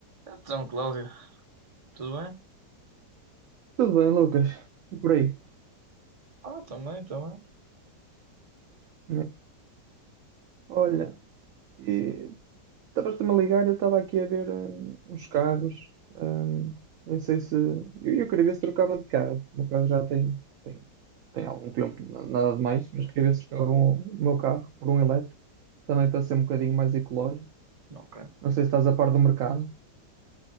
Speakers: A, on the right; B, on the right.
A: Então, Cláudio, tudo bem?
B: Tudo bem, Lucas? E por aí?
A: Ah, também, também.
B: né? Olha, e estavas-te-me a ligar, eu estava aqui a ver hum, uns carros. hum, não sei se. Eu, eu queria ver se trocava de carro. O meu carro já tem, tem, tem algum tempo, na- nada de mais, mas queria ver se trocava um- o meu carro por um elétrico, também para ser um bocadinho mais ecológico.
A: Ok.
B: Não sei se estás a par do mercado.